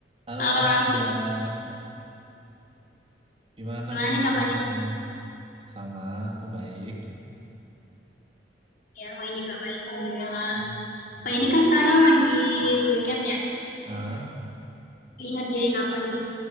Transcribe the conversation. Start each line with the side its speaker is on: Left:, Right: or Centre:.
Right: Halo,
Left: Halo
Right: Tanda.
Left: Raffi,
Right: Gimana
Left: gimana
Right: nih
Left: nih kabarnya?
Right: kabarnya? Sama, aku baik.
Left: Ya, Wahyu juga baik, Alhamdulillah.
Right: Hmm.
Left: Wah, ini kan sekarang lagi weekend ya,
Right: Ah,
Left: lagi ngerjain apanya?